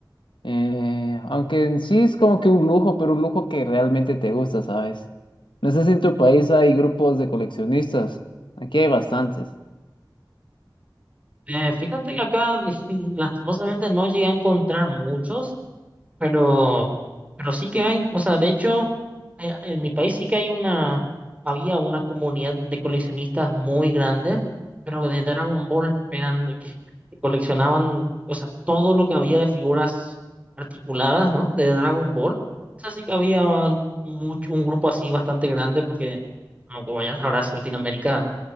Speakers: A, on the left; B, on the right.
A: Eh, aunque en sí es como que un lujo, pero un lujo que realmente te gusta, ¿sabes? No sé si en tu país hay grupos de coleccionistas. Aquí hay bastantes.
B: Eh, fíjate que acá <laughs> lastimosamente no llegué a encontrar muchos, pero, pero sí que hay. O sea, de hecho... eh, en mi país sí que hay una, había una comunidad de coleccionistas muy grande, pero de Dragon Ball eran de que, que coleccionaban, o sea, todo lo que había de figuras articuladas, ¿no? De Dragon Ball. Eso sí que había mucho, un grupo así bastante grande, porque como, como ya sabrás, Latinoamérica